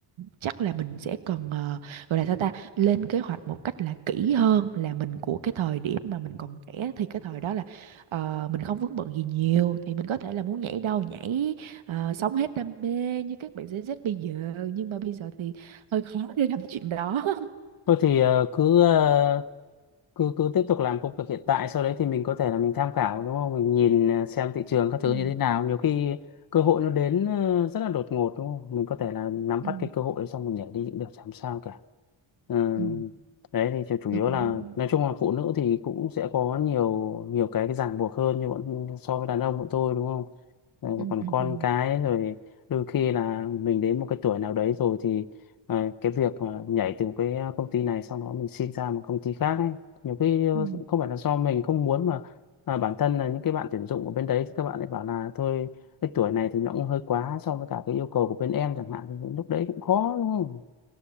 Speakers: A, on the right (about 80°); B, on the left (about 45°).
A: chắc là mình sẽ cần ờ, gọi là sao ta lên kế hoạch một cách là kỹ hơn là mình của cái thời điểm mà mình còn trẻ thì cái thời đó là ờ, mình không vướng bận gì nhiều thì mình có thể là muốn nhảy đâu nhảy ờ, sống hết đam mê như các bạn Gen Z bây giờ nhưng mà bây giờ thì hơi khó <laughs> để làm chuyện đó <laughs>
B: Thôi thì ờ, cứ ờ, cứ cứ tiếp tục làm công việc hiện tại sau đấy thì mình có thể là mình tham khảo đúng không mình nhìn ờ, xem thị trường các thứ
A: ừ
B: như thế nào nhiều khi cơ hội nó đến ờ, rất là đột ngột đúng không mình có thể là nắm bắt
A: ừ
B: cái cơ hội đấy xong mình nhảy đi cũng được chẳng sao cả Ừ,
A: ừ.
B: đấy thì chủ chủ yếu
A: tôi cũng
B: là nói chung là phụ nữ thì cũng sẽ có nhiều nhiều cái cái ràng buộc hơn như bọn so với đàn ông bọn tôi đúng không Ừ,
A: ừ
B: còn
A: ừ
B: con
A: ừ.
B: cái rồi đôi khi là mình đến một cái tuổi nào đấy rồi thì à, cái việc mà nhảy từ một cái à, công ty này sau đó mình xin ra một công ty khác ấy nhiều khi ờ,
A: Ừ.
B: không phải là do mình không muốn mà mà bản thân là những cái bạn tuyển dụng ở bên đấy thì các bạn ấy bảo là thôi cái tuổi này thì nó cũng hơi quá so với cả cái yêu cầu của bên em chẳng hạn thì lúc đấy cũng khó đúng không